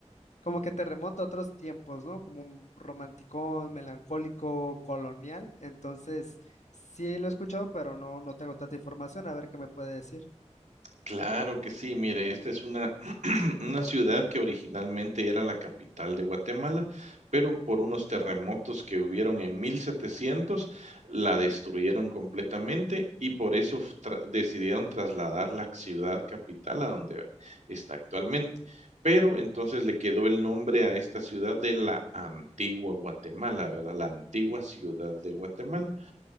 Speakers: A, on the left (about 75°); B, on the right (about 80°).
A: como que te remonta a otros tiempos, ¿no? Como un romanticón, melancólico, colonial. Entonces, sí lo he escuchado, pero no, no tengo tanta información. A ver qué me puede decir.
B: Claro que sí, mire, esta es una, <clears throat> una ciudad que originalmente era la capital de Guatemala, pero por unos terremotos que hubieron en 1700 la destruyeron completamente y por eso f- tra- decidieron trasladar la ciudad capital a donde está actualmente. Pero entonces le quedó el nombre a esta ciudad de la antigua Guatemala, ¿verdad? La antigua ciudad de Guatemala.